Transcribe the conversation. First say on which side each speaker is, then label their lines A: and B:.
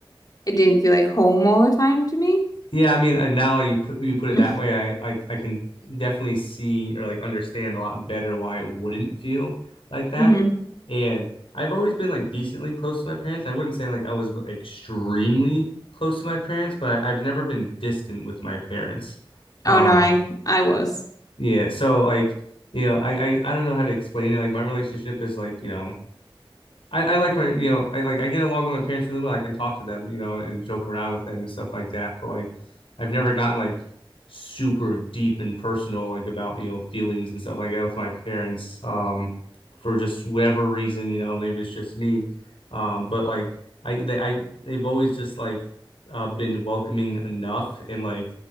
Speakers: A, on the left (about 45°); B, on the left (about 80°).
A: it didn't feel like home all the time to me.
B: Yeah, I mean, I- now you put you put it
A: <laughs>
B: that way, I, I I can definitely see or like understand a lot better why it wouldn't feel like that.
A: hmm
B: And I've always been like decently close to my parents. I wouldn't say like I was extremely close to my parents, but I, I've never been distant with my parents. Um,
A: Oh no, I I was
B: yeah, so like you know, I, I I don't know how to explain it. Like my relationship is like you know I, I like my, you know, I like I get along with my parents really well. I can talk to them, you know, and joke around with them and stuff like that. But like, I've never gotten like super deep and personal, like about, you know, feelings and stuff like that with my parents. Um, for just whatever reason, you know, maybe it's just me. Um, but like I, they, I, they've always just like uh, been welcoming enough and like